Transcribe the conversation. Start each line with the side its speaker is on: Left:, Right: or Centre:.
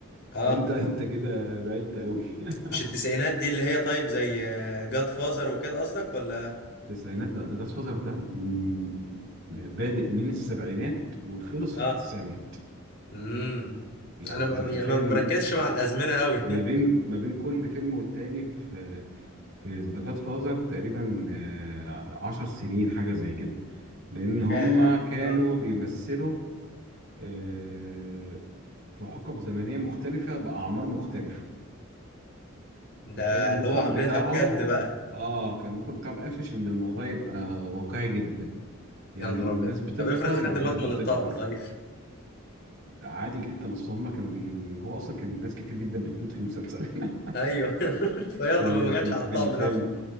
Left: اه
Right: انت انت كده بعدت قوي <laughs>
Left: مش التسعينات دي اللي هي طيب زي جاد فازر وكده قصدك ولا
Right: التسعينات لا ده جاد فازر ده مم، بادئ من السبعينات وخلص
Left: اه
Right: في التسعينات
Left: امم
Right: يعني
Left: انا ما-
Right: انت متخيل
Left: يعني ما بركزش مع الازمنه قوي
Right: ما
Left: <laughs>
Right: بين ما بين كل فيلم والتاني في في ذا جاد فازر تقريبا آه، عشر سنين حاجة زي كده لأن هما
Left: ياه
Right: كانوا
Left: اه
Right: بيمثلوا آه، في حقب زمنية مختلفة بأعمار مختلفة
Left: ده
Right: فكان المخرج
Left: اللي هو عاملينها
Right: بتاعهم
Left: بجد بقى
Right: اه كان المخرج بتاعهم قافش ان الموضوع يبقى واقعي جدا يعني
Left: يا نهار
Right: الناس
Left: ابيض
Right: بتكبر
Left: طب افرض حد
Right: يبقى الناس
Left: مات من
Right: بتكبر
Left: الطقم طيب
Right: عادي جدا اصل هم كانوا بي هو اصلا كان ناس كتير جدا بتموت في المسلسل <laughs>
Left: ايوه <laughs> فيلا
Right: في
Left: ما
Right: ال...
Left: ما جاتش
Right: في ال...
Left: على
Right: في
Left: الطقم
Right: الفيلم
Left: نفسه